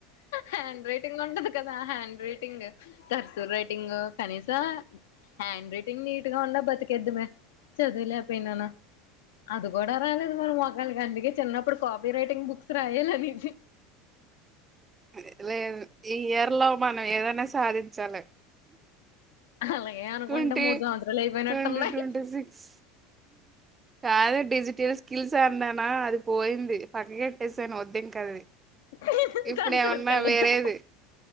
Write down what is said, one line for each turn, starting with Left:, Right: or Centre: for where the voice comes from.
Left: హ్యాండ్ రైటింగ్ ఉంటది కదా హ్యాండ్ రైటింగ్ కర్సూ రైటింగ్ కనీసం హ్యాండ్ రైటింగ్ నీట్ గా ఉన్నా బతికేద్దుమే చదువులేకపోయినానూ అది కూడా రాలేదు మనం మొఖాలకందుకే చిన్నప్పుడు కాపీ రైటింగ్ బుక్స్ రాయలనీది
Right: అదే లేదు ఈ ఇయర్లా మనం ఏదైనా సాధించాలి
Left: అలాగే అనుకుంటా
Right: ట్వంటీ
Left: మూడు సంవత్సరాలు అయిపోయినట్టున్నాయి
Right: ట్వంటీ ట్వంటీ సిక్స్ కాద డిజిటల్ స్కిల్స్ అన్నారు నా అది పోయింది పక్క కెట్టేసాను వద్దు ఇంకా అది
Left: <unintelligible>
Right: ఇప్పుడు ఏమన్నా
Left: జోలికెళ్ళొద్దు
Right: వేరేది